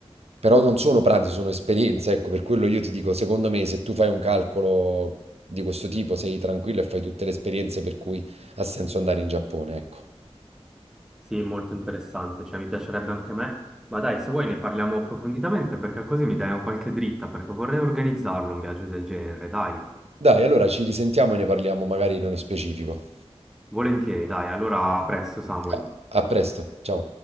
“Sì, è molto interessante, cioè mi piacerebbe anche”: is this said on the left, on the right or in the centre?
Centre